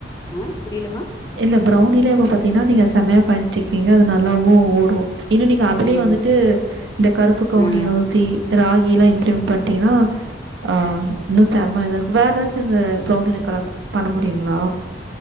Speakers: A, on the left (about 20°); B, on the right (about 85°).
A: ம் புரியிலமா
B: இல்ல ப்ரெளனிலே இப்ப பாத்தீனா நீங்க செமையா பண்ட் இருக்கீங்க அது நல்லாவு ஓடு இன்னு நீங்க அதுலயே
A: ம்
B: வந்துட்டு இந்த கருப்பு கவுனி
A: ஆ
B: அவ்சி ராகிலா இம்ப்ளி பன்ட்டீங்கனா ஆ இன்னு செம இதா இருக்கு வேற ஏதாச்சு இந்த ப்ரௌனில க பண்ண முடியுங்ளா